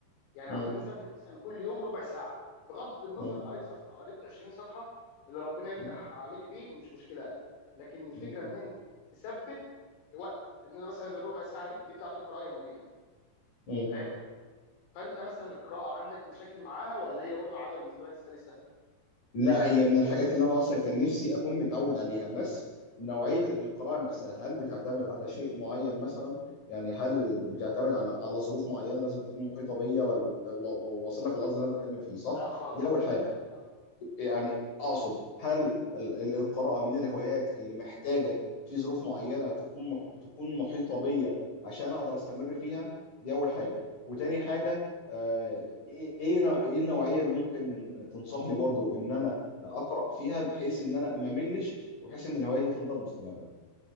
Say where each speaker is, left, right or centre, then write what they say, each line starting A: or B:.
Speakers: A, on the left (about 80°); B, on the left (about 40°).
A: يعني
B: مم.
A: عاوزين نثبت مثلا كل يوم ربع ساعه بغض النظر
B: مم.
A: قريت صفحه قريت 20 صفحه اللي ربنا يفتح
B: مم.
A: عليك بيه مش مشكله لكن الفكره
B: مم.
A: ان انت تثبت وقت ان انا مثلا الربع ساعه دي دي بتاعت القراءه يوميا
B: مم.
A: فاهم فانت مثلا القراءه عندك مشاكل معاها ولا هي برضو عاده بالنسبه لك سلسه
B: لا هي من الحاجات اللي انا اصلا كان نفسي اكون متعود عليها بس نوعيه القراءه نفسها هل بتعتمد على شيء معين مثلا يعني هل بتعتمد على على ظروف معينه لازم تكون محيطه بيا وال- و- و- واصل لك القصد اللي انا بتكلم فيه صح
A: لا خالص
B: دي اول حاجه
A: لا خالص
B: يعني اقصد هل ال- ال- القراءه من الهوايات اللي محتاجه في ظروف معينه تكون مح- تكون محيطه بيا عشان اقدر استمر فيها دي اول حاجه وتاني حاجه آه، ايه ايه نوع- إيه النوعيه اللي ممكن تنصحني برضو ان انا اقرا فيها بحيث ان انا ما ملش وبحيث ان الهوايه دي تفضل مستمره